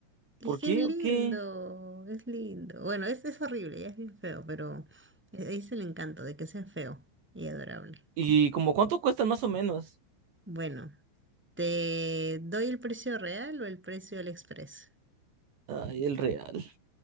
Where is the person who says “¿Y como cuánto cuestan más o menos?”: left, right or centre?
Right